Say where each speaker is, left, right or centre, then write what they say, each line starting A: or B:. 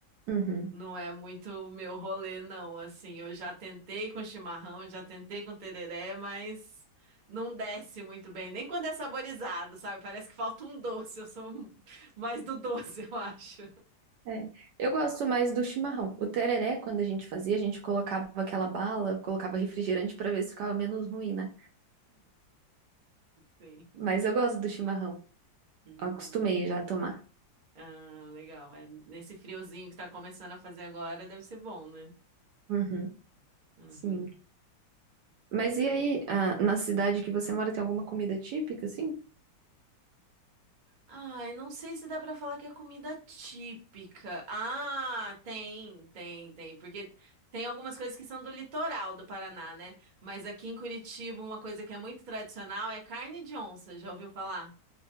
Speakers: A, on the right; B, on the right.
A: Uhum.
B: Não é muito o meu rolê, não. Assim, eu já tentei com chimarrão, já tentei com tereré, mas não desce muito bem. Nem quando é saborizado, sabe? Parece que falta um doce. Eu sou mais do doce, <laughs> eu acho.
A: É. Eu gosto mais do chimarrão. O tereré, quando a gente fazia, a gente colocava aquela bala, colocava refrigerante pra ver se ficava menos ruim, né?
B: Sim.
A: Mas eu gosto do chimarrão.
B: Hum.
A: Acostumei já a tomar.
B: Ah, legal. É, nesse friozinho que tá começando a fazer agora, deve ser bom, né?
A: Uhum.
B: Uhum.
A: Sim. Mas e aí, ah, na cidade que você mora, tem alguma comida típica, assim?
B: Ai, não sei se dá pra falar que é comida típica. Ah, tem, tem, tem, porque tem algumas coisas que são do litoral do Paraná, né? Mas aqui em Curitiba, uma coisa que é muito tradicional é carne de onça. Já ouviu falar?